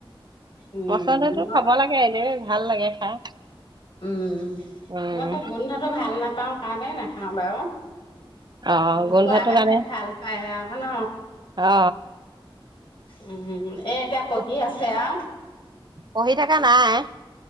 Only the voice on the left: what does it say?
উম
মই
উম
মই তাক গোন্ধটো ভাল ভাল নাপাওঁ কাৰণে নাখাওঁ বাৰু
উ
খোৱা মানুহে
ভাল পায় আৰু ন
উম এ এতিয়া পঢ়ি আছে আৰু।